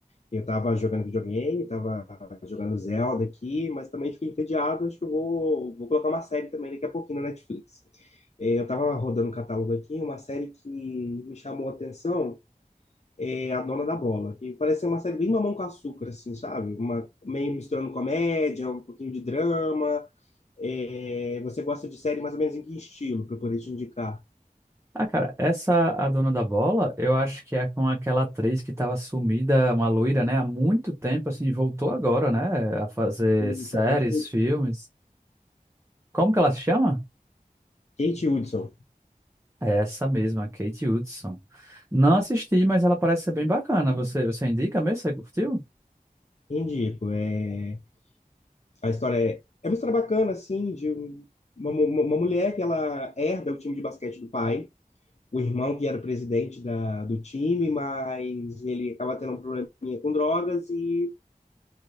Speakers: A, on the left; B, on the right.
A: Eu tava jogando videogame, tava jogando Zelda aqui, mas também fiquei entediado. Acho que eu vou, vou colocar uma série também daqui a pouquinho na Netflix. Eh, Eu tava rodando um catálogo aqui, uma série que me chamou a atenção é A Dona da Bola, que parece ser uma série bem Mamão com Açúcar, assim, sabe? Uma, meio misturando comédia, um pouquinho de drama. Eh, Você gosta de série mais ou menos em que estilo, para eu poder te indicar?
B: Ah, cara, essa a dona da bola, eu acho que é com aquela atriz que estava sumida, uma loira, né, há muito tempo, assim, voltou agora, né, a fazer
A: Eita,
B: séries,
A: quem te
B: filmes. Como que ela se chama?
A: Kate Hudson.
B: É essa mesma, Kate Hudson. Não assisti, mas ela parece ser bem bacana. Você, você indica mesmo? Você curtiu?
A: Indico. É, a história é, é uma história bacana, assim, de um- uma, mu- uma mulher que ela herda o time de basquete do pai, o irmão que era o presidente da, do time, mas ele acaba tendo um probleminha com drogas e